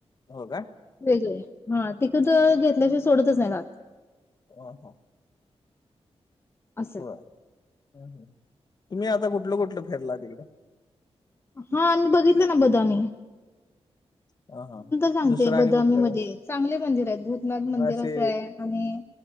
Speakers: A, on the left; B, on the left.
A: हो काय
B: वेगळे. हा तिकड घेतल्याशिवाय सोडतच नाही रात
A: ह ह.
B: असं
A: हो. तुम्ही आता कुठलं -कुठलं फिरला तिकडं?
B: हा आणि बघितलं ना बदामि
A: ह हा
B: सांगते
A: दुसरं आणि
B: बदामी
A: कुठलं?
B: मध्ये
A: का
B: चांगले मंदिर आहेत भूतनाथ मंदिर
A: म असे
B: असं आहे आणि